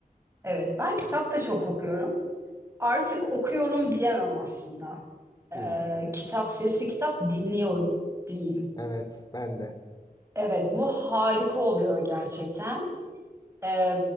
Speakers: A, on the right; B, on the left.
A: Evet, ben kitap da çok okuyorum. Artık okuyorum diyemem aslında.
B: Hmm,
A: E, kitap sesi kitap dinliyorum diyeyim.
B: Evet, ben de.
A: Evet, bu harika oluyor gerçekten. Ee,